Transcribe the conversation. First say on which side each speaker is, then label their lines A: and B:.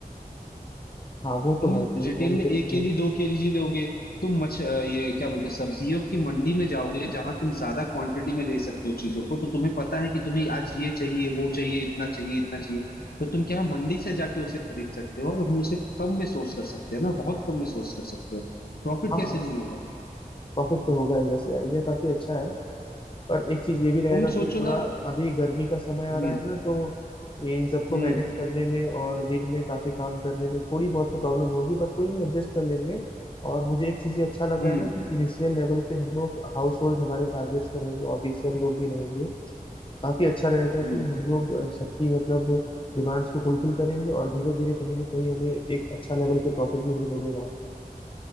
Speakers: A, on the left; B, on the left.
A: हाँ वो
B: तुम
A: तो है कि
B: रिटेल
A: रिटेल
B: में एक
A: से जो
B: केली दो केजी लोगे तुम मछ अ, ये क्या बोलते हैं सब्जियों की मंडी में जाओगे जहां तुम ज्यादा क्वांटिटी में ले सकते हो चीजों को तो तुम्हें पता है कि तुम्हें आज ये चाहिए वो चाहिए इतना चाहिए इतना चाहिए तो तुम क्या है मंडी से जाके उसे खरीद सकते हो और हम उसे कम में सोर्स कर सकते हैं ना बहुत कम में सोर्स कर सकते हो प्रॉफिट
A: हाँ
B: कैसे
A: हाँ
B: नहीं होगा
A: प्रॉफिट तो होगा ही वैसे आइडिया काफी अच्छा है पर एक चीज ये भी रहेगा
B: तुम
A: कि
B: सोचो
A: थोड़ा
B: ना
A: अभी गर्मी का समय आ
B: हम्म
A: रहा है ना तो इन सबको
B: हम्म
A: मैनेज करने में और दिन में काफी काम करने में थोड़ी बहुत तो प्रॉब्लम होगी बट कोई नहीं एडजस्ट कर लेंगे और मुझे एक चीज ये अच्छा लग
B: हम्म
A: रहा है ना कि इनिशियल लेवल पे हम लोग हाउस होल्ड हमारे टारगेट्स पे रहेंगे ऑफिशियल लोग भी रहेंगे तो काफी अच्छा रहेगा
B: हम्म
A: कि हम लोग अ, सबकी मतलब डिमांड्स को फुलफिल करेंगे और धीरे धीरे कहीं ना कहीं हमें एक अच्छा लेवल पे प्रॉफिट भी होने लगेगा